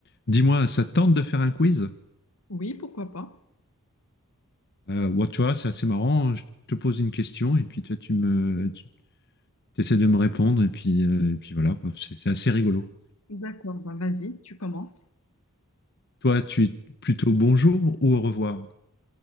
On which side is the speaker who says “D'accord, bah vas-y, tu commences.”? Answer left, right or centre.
Left